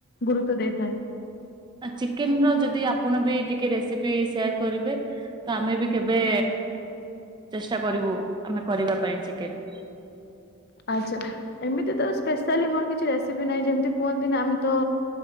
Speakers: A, on the left; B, on the right.
A: ଗୁରୁତ୍ଵ ଦେଇଥାଏ।
B: ଚିକେନ ର ଯଦି ଆପଣ ବି ଟିକେ ରେସିପି ସେୟାର କରିବେ। ତ ଆମେ ବି କେବେ ଚେଷ୍ଟା କରିବୁ ଆମେ କରିବା ପାଇଁ ଚିକେନ।
A: ଆଚ୍ଛା ଏମିତି ତ ସ୍ପେଶାଲି ମୋର କିଛି ରେସିପି ନାହିଁ ଯେମିତି କୁହନ୍ତି ନା ଆମେ ତ